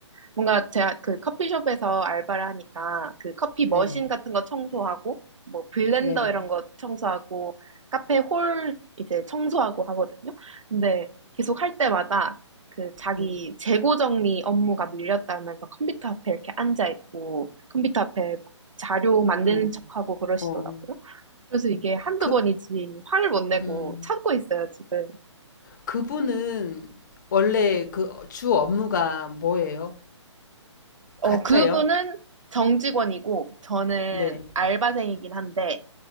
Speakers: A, on the right (about 85°); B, on the left (about 40°).
A: 뭔가 제가 그 커피숍에서 알바를 하니까 그 커피
B: 네.
A: 머신 같은 거 청소하고 뭐 블렌더
B: 네.
A: 이런 거 청소하고 카페 홀 이제 청소하고 하거든요. 근데 계속 할 때마다 그 자기
B: 네.
A: 재고 정리 업무가 밀렸다면서 컴퓨터 앞에 이렇게 앉아 있고 컴퓨터 앞에 막 자료 만드는
B: 어.
A: 척하고 그러시더라고요.
B: 어.
A: 그래서 이게 한두
B: 그
A: 번이지 화를 못 내고
B: 음.
A: 참고 있어요, 지금.
B: 그분은 원래 그 주 업무가 뭐예요?
A: 어,
B: 같아요?
A: 그분은 정직원이고 저는
B: 네.
A: 알바생이긴 한데